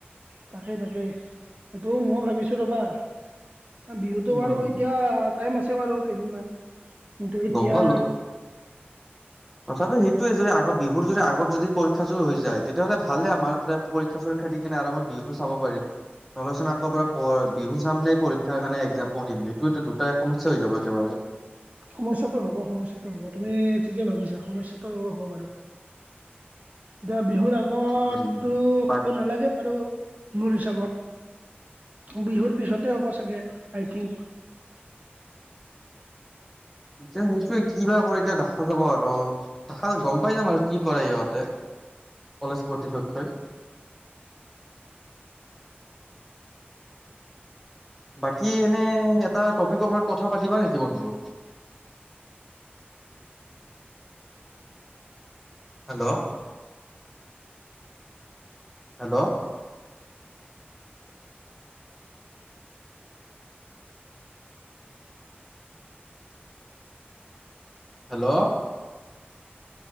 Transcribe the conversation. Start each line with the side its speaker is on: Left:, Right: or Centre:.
Right: তাকে তাকে সেইটো মই ভাবিছো ৰবা। বিহুতো
Centre: উম।
Right: বাৰু এতিয়া টাইম আছে বাৰু কেইদিনমান। কিন্তু এতিয়া
Centre: গম পালো তথাপি সেইট টোৱে যদি আগত বিহুৰ যদি আগত যদি পৰীক্ষা চু হৈ যায় তেতিয়াহ'লে ভালে আমাৰ পৰীক্ষা চৰীক্ষা দি কিনে আৰামত বি হুটো চাব পাৰিম। নহলে চোন আকৌবাৰ বিহু চাম নে পৰীক্ষাৰ কাৰণে একজাম পঢ়িম সেইটোটো দুইটা সমস্যা হৈ যাব একেবাৰে। <inaudible>
Right: সমস্যাটো হ'ব সমস্যাটো হ'ব তুমি ঠিকেই ভাবিছা সমস্যাটো হ'ব বাৰু। দিয়া বিহুৰ আগতটো
Centre: উম, বাকী
Right: হ'ব নালাগে বাৰু মোৰ হিচাপত। বিহুৰ পিছতে হ'ব চাগে আই থিংক।
Centre: এতিয়া সেইটোৱে কি বা কৰে এতিয়া দেখা যাব আৰ দেখা গম পাই যাম আৰু কি কৰে ইহঁতে। কলেজ কৰ্তৃপক্ষই। বাকী এনে এটা টপিকৰ পৰাৰত কথা পাতিবা নেকি বন্ধু? <inaudible> হেল্ল' হেল্ল' হেল্ল'